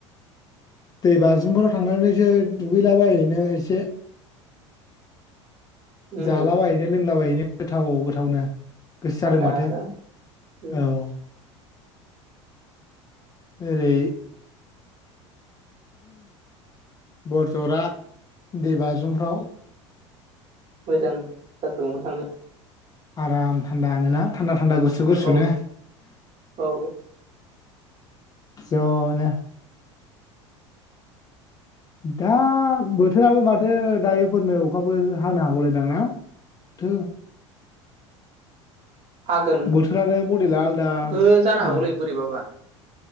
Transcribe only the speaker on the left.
दै बाज्रुमफोराव थांनानैसो दुगैलाबाहैनो एसे
जालाबायहैनो लोंलाबायहैनो गोथाव गोथावनो गोसो
जादों माथो
औ ओरै बरजरा दैबाजुमफ्राव
आराम थान्दानोना? थान्दा थान्दा गुसु गुसुनो
ज' नो दा बोथोराबो माथो दायोफोरनो अखाबो हानो हागौलायदां माथो?
बोथोरानो मडेला आलादा
जादों